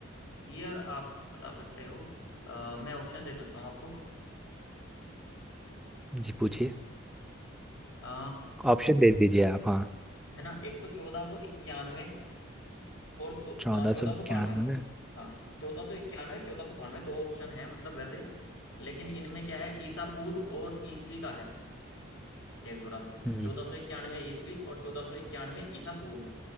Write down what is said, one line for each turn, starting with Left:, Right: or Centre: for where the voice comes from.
Left: ईयर आप बता सकते हो अ, मैं ऑप्शन दे सकता हूँ आपको
Centre: जी पूछिए
Left: अ,
Centre: ऑप्शन दे दीजिए आप हाँ
Left: है ना एक तो चौदह सौ इक्यानवे और दो
Centre: चौदह
Left: चौदह
Centre: सौ
Left: सौ
Centre: इक्यानवे
Left: बानवे
Centre: में।
Left: हाँ चौदह सौ इक्यानवे चौदह सौ बानवे दो ऑप्शन है मतलब वैसे लेकिन इनमें क्या है ईसा पूर्व और ईसवी का है खेल थोड़ा
Centre: हम्म
Left: चौदह सौ इक्यानवे ईसवी और चौदह सौ इक्यानवे ईसा पूर्व